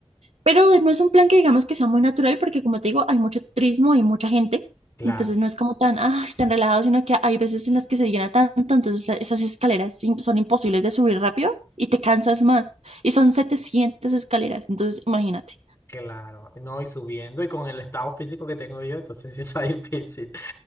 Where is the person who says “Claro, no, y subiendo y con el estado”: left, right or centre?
Left